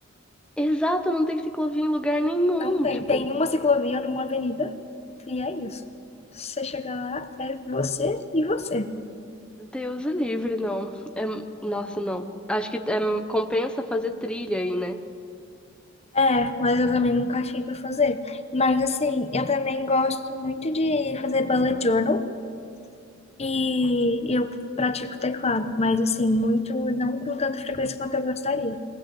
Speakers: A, in the centre; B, on the left (about 30°).
A: Exato, não tem ciclovia em lugar nenhum.
B: Não tem.
A: Tipo,
B: Tem uma ciclovia numa avenida e é isso. Você chega lá, é você e você.
A: Deus é livre, não. É... Nossa, não. Acho que é... compensa fazer trilha aí, né?
B: É, mas eu também nunca achei pra fazer. Mas assim, eu também gosto muito de fazer bullet journal e eu pratico teclado, mas assim, muito não com tanta frequência quanto eu gostaria.